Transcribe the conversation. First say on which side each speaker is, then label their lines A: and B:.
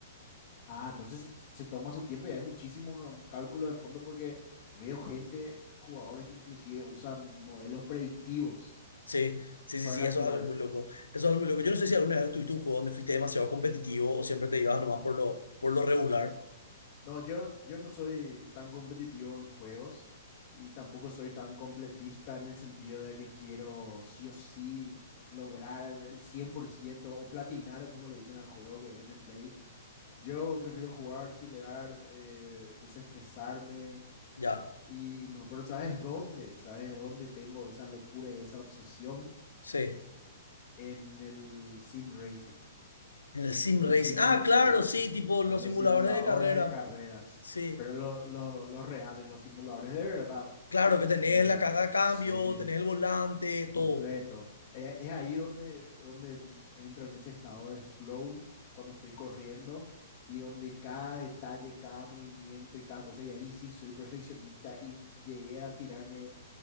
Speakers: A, on the left (about 40°); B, on the left (about 80°).
A: Ah, entonces se, se toma su tiempo y hay muchísimo ca- cálculo de fondo porque veo gente, jugadores que inclusive usan modelos predictivos
B: Sí, sí, sí,
A: para
B: sí,
A: calcular.
B: eso es algo muy loco. Eso es algo muy loco. Yo no sé si alguna vez tuviste un juego donde fuiste demasiado competitivo o siempre te ibas nomás por lo, por lo regular.
A: No, yo, yo no soy tan competitivo en juegos y tampoco soy tan completista en el sentido de que quiero sí o sí lograr el 100% o platinar, o como le dicen al juego que es en el Play. Yo prefiero jugar, chilear, eh, desestresarme
B: Ya,
A: y, y no, pero ¿sabes dónde? ¿Sabes dónde tengo esa locura y esa obsesión?
B: sí.
A: En el sim racing.
B: En el sim
A: en
B: racing.
A: los simul
B: Ah, claro,
A: sí, en,
B: sí, tipo los
A: en los
B: simuladores
A: simuladores
B: de carreras.
A: de carreras,
B: Sí,
A: pero lo- lo- los reales, los simuladores de verdad,
B: claro que tenés
A: eh,
B: la caja de cambio,
A: sí,
B: tenés el volante,
A: completo.
B: todo.
A: Eh, es ahí donde, donde entro en ese estado de flow cuando estoy corriendo y donde cada detalle, cada movimiento y cada cosa, y ahí sí soy perfeccionista y llegué a tirarme,